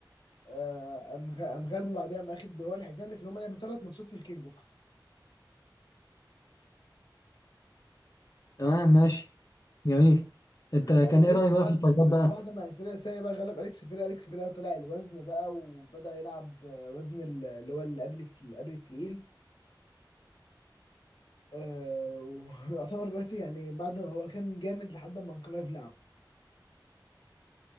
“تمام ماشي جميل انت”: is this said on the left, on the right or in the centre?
Left